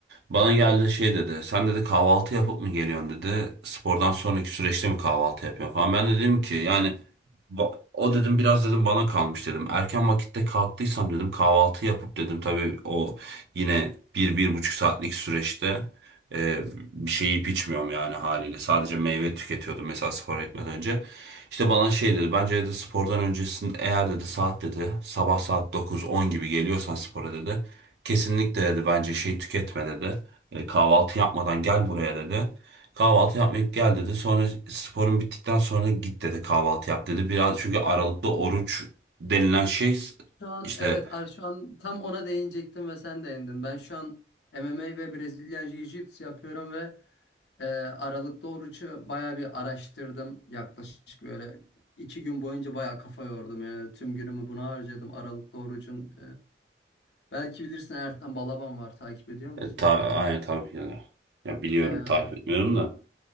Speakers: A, on the right; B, on the left.
A: Bana
B: Hı
A: geldi
B: hı.
A: şey dedi. Sen dedi kahvaltı yapıp mı geliyorsun dedi. Spordan sonraki süreçte mi kahvaltı yapıyorsun falan. Ben de dedim ki yani ba- o dedim biraz dedim bana kalmış dedim. Erken vakitte kalktıysam dedim kahvaltı yapıp dedim. Tabii o yine bir, bir buçuk saatlik süreçte e, bir şey yiyip içmiyorum yani haliyle. Sadece meyve tüketiyordum mesela spor etmeden önce. İşte bana şey dedi. Bence dedi spordan öncesinde eğer dedi saat dedi sabah saat 9-10 gibi geliyorsan spora dedi. Kesinlikle dedi bence şey tüketme dedi. E, kahvaltı yapmadan gel buraya dedi. Kahvaltı yapmayıp gel dedi. Sonra sporun bittikten sonra git dedi kahvaltı yap dedi. Biraz çünkü aralıklı oruç denilen şey
B: Şu an
A: işte
B: evet ar- şu an tam ona değinecektim ve sen değindin. Ben şu an MMA ve Brezilya Jiu-Jitsu yapıyorum ve Ee, Aralıklı orucu bayağı bir araştırdım. Yaklaşık böyle iki gün boyunca bayağı kafa yordum. Yani tüm günümü buna harcadım. Aralıklı orucun e, belki bilirsin Ertan Balaban var. Takip ediyor musun?
A: e, ta, aynı tabii yani. Ya biliyorum
B: Ee,
A: takip etmiyorum
B: y-
A: da.